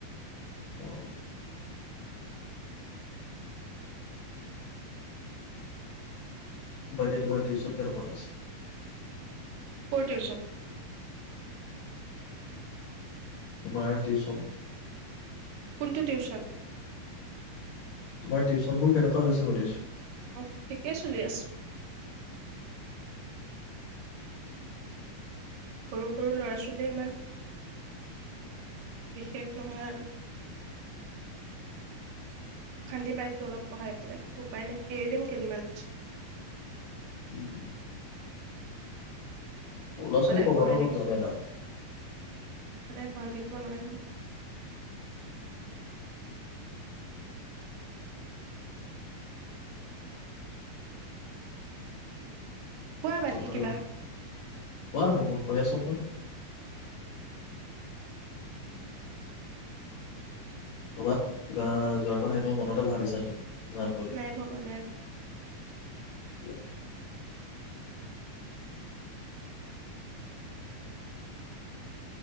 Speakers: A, on the left (about 70°); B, on the right (about 75°).
A: অ বাকী তোমাৰ টিউচন কেনেকুৱা হৈছে?
B: ক'ৰ টিউচন?
A: তোমাৰ টিউচন?
B: কোনটো টিউচন?
A: তোমাৰ টিউচনবোৰ কেনেকুৱা হৈছে সুধিছো!
B: অহ ঠিকেই চলি আছে। সৰু সৰু ল'ৰা-ছোৱালীয়ে ইমান বিশেষ নহয় আৰু। অশান্তি পাইছো অলপ পঢ়াই পেলাই কিন্তু উপায় নাই, এৰি দিম কেইদিনমান পিছত।
A: উম সৰু ল'ৰা-ছোৱালীক
B: সদায়
A: পঢ়োৱাটো
B: পঢ়াই
A: অলপ
B: থাকিম
A: ঝামেলা।
B: সদায় পঢ়াই থাকিব নোৱাৰিম মই। কোৱা বাকী
A: আৰু
B: কিবা।
A: কোৱা <unintelligible> মই কৈ আছো নহয়! ক'বাত কিবা যোৱাৰ কথা এনেই মনতে ভাবিছা নেকি? যাম
B: নাই ভবা নাই ভবা।
A: দিয়া